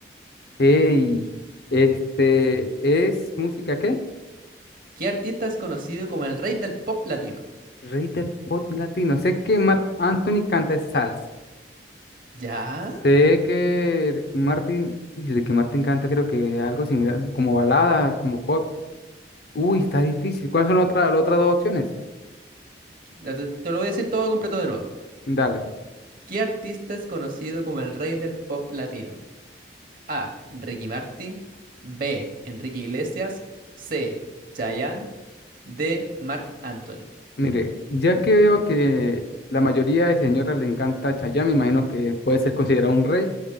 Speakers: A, on the left; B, on the right.
A: Ey, este, ¿es música qué?
B: ¿Qué artista es conocido como el rey del pop latino?
A: Rey del pop latino. Sé que Marc Anthony canta salsa.
B: ¿Ya?
A: Sé que Ricky Martin, uy, Ricky Martin canta creo que algo similar, como baladas, como pop. Uy, está difícil. ¿Cuáles son las otras las otras dos opciones?
B: Te, te lo voy a decir todo completo de nuevo.
A: Dale.
B: ¿Qué artista es conocido como el rey del pop latino? A. Ricky Martin. B. Enrique Iglesias. C. Chayanne. D. Marc Anthony.
A: Mire, ya que veo que la mayoría de señoras le encanta Chayanne, me imagino que puede ser considerado un rey.